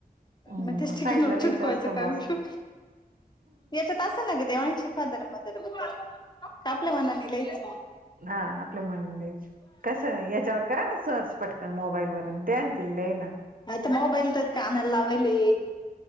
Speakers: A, on the right (about 60°); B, on the left (about 30°).
A: हम्म
B: मग तेचिके
A: साईडला
B: नोट
A: लिहायचं
B: चटकवायचं
A: असतं बुवा
B: काय
A: असं
B: येत तस ना ग देवांशी फादर म ब कापल्या मनानी लयच
A: हा आपलं म्ह कस याच्यावर करा ना सर्च पटकन मोबाईल वरून द्यान दिले ना
B: आयता म मोबाईल तत कानल लावेल हे